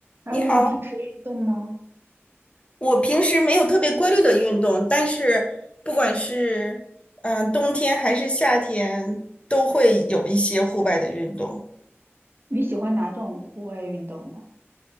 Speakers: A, on the right (about 50°); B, on the left (about 25°).
A: Hello，
B: 你好，
A: 你平时运动吗？
B: 我平时没有特别规律的运动，但是不管是嗯、呃冬天还是夏天，都会有一些户外的运动。
A: 你喜欢哪种户外运动呢？